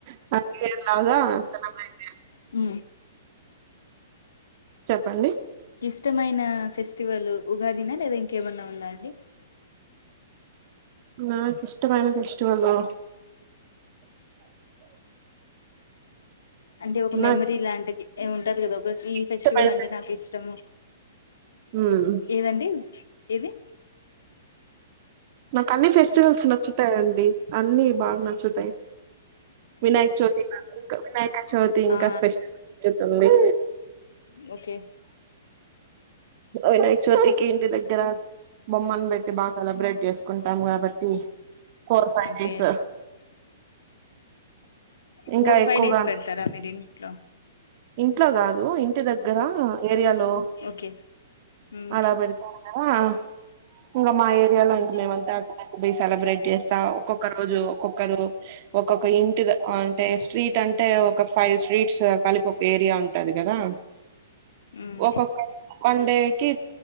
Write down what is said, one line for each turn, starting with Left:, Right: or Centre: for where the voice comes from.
Right: <unintelligible> లాగా సెలబ్రట్
Left: ఉ
Right: చెప్పండి
Left: ఇష్టమైన ఫెస్టివల్ ఉగాదిన లేదా ఇంకేమన్నా ఉందా అండి
Right: నాకు ఇష్టమైన ఫెస్టివల్ లు
Left: అంటే ఒక మెమరీ
Right: నాకు
Left: లాంటిది ఈ ఉంటది కదా ఒక ఈ ఫెస్టివల్
Right: ఇష్టమైన
Left: అంటే నాకు ఇష్టము
Right: ఉమ్
Left: ఏదండి ఏది
Right: నాకు అన్ని ఫెస్టివల్స్ నచ్చుతాయిండి అన్నిీ బాగా నచ్చుతాయి వినాయక చవితి <unintelligible> వినాయక చవితి ఇంకా
Left: ఆ!
Right: స్పెషల్ నచ్చుతుంది
Left: ఓకే
Right: వినాయక చవితికి ఇంటి దగ్గర బొమ్మను పెట్టి బాగా సెలబ్రేట్ చేస్ కుంటాం కాబట్టి ఫోర్ ఫైవ్
Left: ఓకే.
Right: డేస్ ఇంకా
Left: ఫోర్
Right: ఎక్కువగా
Left: ఫైవ్ డేస్ పెడతారా మీరు ఇంట్లో
Right: ఇంట్లో కాదు ఇంటి దగ్గర ఏరియాలో
Left: ఓకే హ్మ్
Right: అలా పెడత <unintelligible> ఇంకా మా ఏరియా లో
Left: హ్మ్
Right: ఇంకా మేం అంతా పోయి సెలబ్రేట్ చేస్తా ఒక్కొక్క రోజు ఒక్కొక్కరు ఒక్కొక్క ఇంటి అంటే స్ట్రీట్ అంటే ఒక ఫైవ్ స్ట్రీట్స్ కలిపి ఒక ఏరియా ఉంటది కదా
Left: ఉమ్
Right: ఒక్కొక్క వన్ డేకి